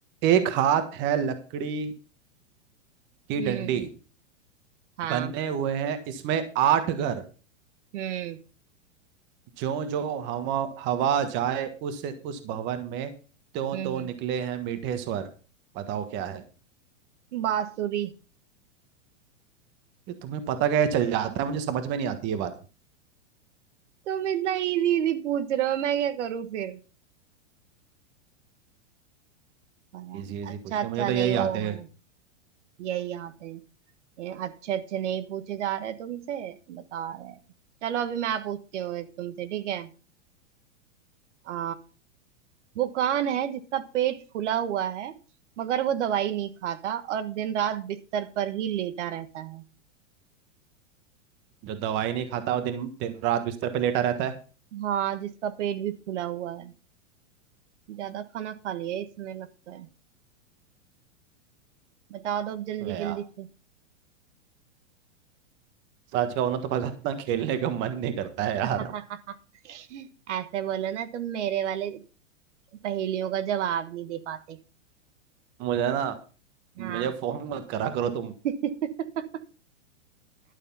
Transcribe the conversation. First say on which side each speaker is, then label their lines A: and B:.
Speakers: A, on the right; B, on the right.
A: एक हाथ है लकड़ी की
B: हम्म
A: डंडी
B: हाँ
A: बने हुए हैं इसमें आठ घर
B: हम्म
A: जो जो हवा हवा जाए उस उस भवन में त्यों
B: हम्म
A: त्यों
B: हम्म।
A: निकले हैं मीठे स्वर बताओ क्या है
B: बांसुरी
A: ये तुम्हें पता क्या है चल जाता है मुझे समझ में नहीं आती ये बात
B: तुम इतना इजी इजी पूछ रहे हो मैं क्या करूँ फिर पता
A: इजी
B: नहीं।
A: इजी
B: अच्छा
A: पूछ रहे
B: अच्छा
A: हो, मुझे तो
B: नहीं
A: यही
B: वो
A: आते
B: हो
A: हैं
B: रहा यही आते हैं ये अच्छे अच्छे नहीं पूछे जा रहे तुमसे बता रहे हैं चलो अभी मैं पूछती हूँ एक तुमसे ठीक है आ, वो कान है जिसका पेट फूला हुआ है मगर वो दवाई नहीं खाता और दिन रात बिस्तर पर ही लेटा रहता है
A: जो दवाई नहीं खाता वो दिन दिन रात बिस्तर पे लेटा रहता है
B: हाँ जिसका पेट भी फूला हुआ है ज्यादा खाना खा लिया है इसमें लगता है बता दो अब जल्दी
A: अबे यार
B: जल्दी से
A: सच का होना तो पता इतना खेलने का मन नहीं करता है यार
B: <laughs> ऐसे बोलो ना तुम मेरे वाले पहेलियों का जवाब नहीं दे पाते
A: मुझे ना मुझे
B: हाँ
A: फोन मत करा करो तुम
B: <laughs>